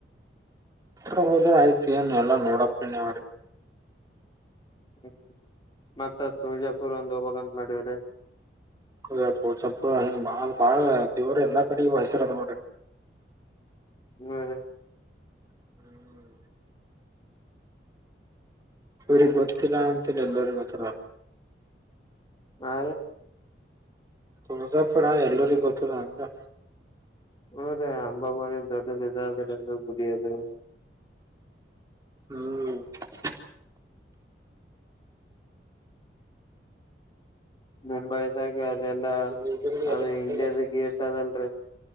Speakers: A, on the right; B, on the left.
A: ಹತ್ರ ಹೋದ್ರ ಆಯ್ತ ಏನ್ ಎಲ್ಲಾ ನೋಡಪ್ಪನಿ ಅವ್ರಿಗೆ
B: ಹ್ಮ್ ಮತ್ತಜಾಪುರ್ ಒಂದು ಹೋಗಾಗಂತ ಮಾಡ್ರೆ
A: ಸಪ್ಪ ಸ್ವಪ ಹಿಂಗಾ ಬಾಳ ದೇವ್ರ ಎಲ್ಲಾ ಕಡಿಗು ಹೆಸರು ಅದ ಬಿಡ್ರಿ.
B: ಹ್ಮ್
A: <inaudible> <unintelligible>
B: ಹಾ
A: ತುಳಸಪುರ ಎಲ್ಲರಿ ಗೊತ್ತದ ಅಂದೆ
B: ಹ ರೇ ಅಂಬಿ ದೊಡ್ಡದುದದು ಗುಡಿಯದು
A: ಹ್ಮ್ <unintelligible>
B: ಮುಂಬೈದಾಗ ಅದೆಲ್ಲಾ
A: ಗುಲ್ಬರ್ಗ ಎಲ್ಲಾ
B: ಅದು ಇಂಡಿಯಾದ
A: ಕಡೆ
B: ಗೇಟ್ ಅದಲ್ರಿ.